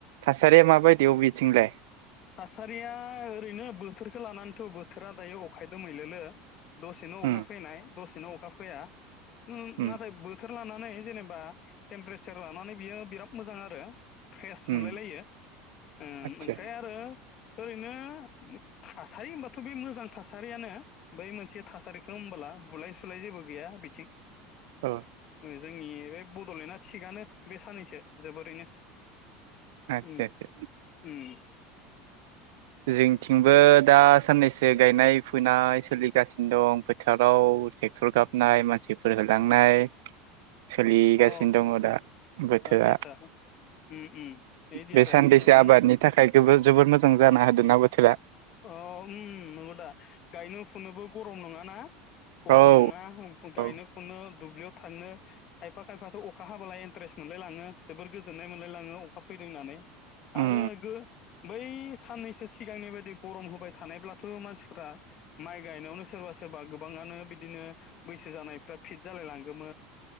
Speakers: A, on the right; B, on the left.
A: सारिया माबायदि अबेथिंलाय
B: थासारिया ओरैनो बोथोरख लानानैथ' बोथोरा दायो अखा दोमैलुलु दसेनो
A: उम
B: अखा फैनाय दसेनो अखा फैया
A: उम
B: नाथाय बोथोर लानानै जेनेबा टेम्पारेसार लानानै बियो बिराद मोजां आरो फ्रेस मोनलायलायो
A: उम
B: ओम
A: आदसा
B: ओमफ्राय आरो ओरैनो थासारि होनबाथ' बे मोजां थासारियानो बै मोनसे थासारिखौ होनोमबोला बुलाय सुलाय जेबो गैया बिथिं
A: औ
B: जोंनि बे बड'लेण्डआ थिगनो बे साननैसो जोबोरैनो
A: आदसा
B: ओम
A: आदसा
B: ओम
A: जोंथिंबो दा साननैसो गायनाय फुनाय सोलिगासिनो दं फोथाराव ट्रेक्टर गाबनाय मानसिफोर होलांनाय सोलिगासिनो
B: अ
A: दङ दा बोथोरा
B: आतसा आतसा उम उम बिदि
A: बे
B: आरो
A: सानैसो
B: उम
A: आबादनि थाखाय जोबोर मोजां जाना होदों ना बोथोरा
B: अ उम नंगौ दा गायनो फुनोबो गरम नङाना
A: औ
B: गरम नङा
A: औ
B: गायनो फुनो दुब्लियाव थांनो खायफा खायफाथ' अखा हाबलााय इन्ट्रेस्ट मोनलायलाङो जोबोर गोजोननाय मोनलायलाङो अखा फैदों होननानै आरो
A: उम
B: गो बै साननैसो सिगांनि बायदि गरम होबाय थानायब्लाथ' मानसिफ्रा माइ गायनायावनो सोरबा सोरबा गोबाङानो बिदिनो बैसो जानायफ्रा फिट जालाय लांगौन